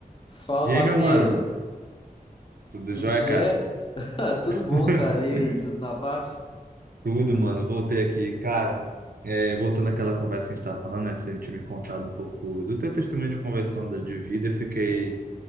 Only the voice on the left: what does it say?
Fala,
parceiro.
Tudo
certo?
<laughs> Ah, Tudo bom,
cara. E aí, tudo na paz?